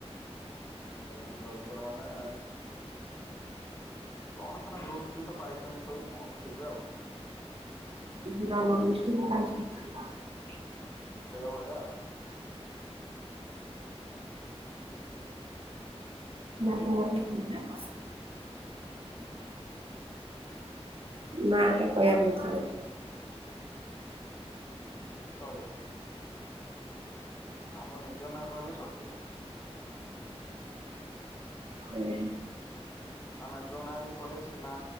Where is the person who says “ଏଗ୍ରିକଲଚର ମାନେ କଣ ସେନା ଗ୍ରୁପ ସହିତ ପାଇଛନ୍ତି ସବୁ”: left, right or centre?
Left